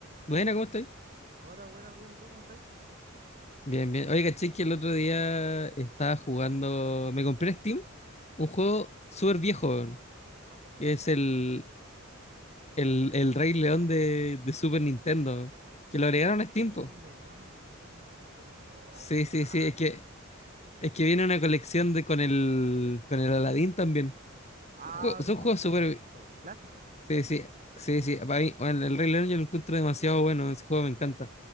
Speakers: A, on the left (about 35°); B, on the right (about 40°).
A: Buena, ¿cómo estáis?
B: Hola, buena bien, ¿y tú cómo estás?
A: Bien, bien. Oye, caché que el otro día estaba jugando. Me compré en Steam un juego súper viejo, weón,
B: ¿Cuál te compraste?
A: que es el, el, el Rey León de, de Super Nintendo, que lo agregaron a
B: El
A: Steam,
B: Rey
A: po.
B: León de Super Nintendo. Oh,
A: Sí,
B: juegazo.
A: sí, sí. Es que, es que viene una colección de, con el, con el Aladdin también.
B: Ah,
A: Jue- son
B: no,
A: juegos
B: juegazo.
A: súper.
B: Clásicos.
A: Sí, sí, sí, sí. Para mí, bueno, el Rey León yo lo encuentro demasiado bueno. Ese juego me encanta.